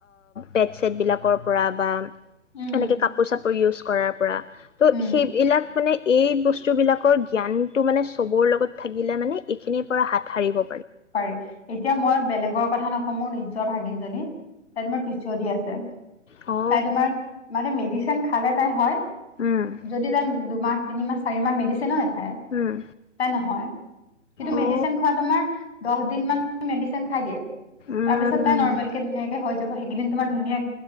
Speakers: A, on the left; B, on the left.
A: পেড চছেটবিলাকৰ পৰা বা
B: উম উম
A: এনেকে কাপোৰ চাপোৰ ইউজ কৰাৰ পৰা ত'
B: উম
A: সেইবিলাক মানে এই বস্তু বিলাকৰ জ্ঞানটো মানে চবৰ লগত থাকিলে মানে এইখিনিৰ পৰা হাত সাৰিব
B: পাৰি এতিয়া মই বেলেগৰ কথা নকওঁ সমূহ নিজৰ ভাগিনজনী তাই তোমাৰ পিছুৱ দি আছে
A: অ
B: তাই তোমাৰ মানে মেডিচিন খালে তাই হয়
A: উম
B: যদি তাই দুমাহ তিনি মাহ চাৰি মাহ মেদছে নয়
A: হম হম
B: তাই নহয় কিন্তু
A: অ
B: মেডিচিন খোৱা তোমাৰ দিন মান মেডিচিন খাই দিয়ে
A: উম উম অ উম
B: তাৰপিছত তাই নৰ্মেল কে ধুনীয়াকে হয় যাব সেইদিন তোমাৰ ধুনীয়া